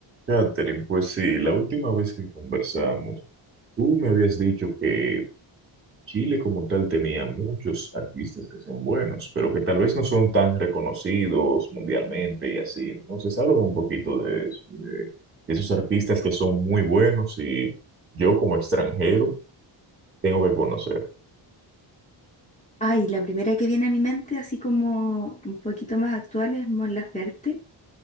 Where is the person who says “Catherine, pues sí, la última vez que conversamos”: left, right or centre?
Right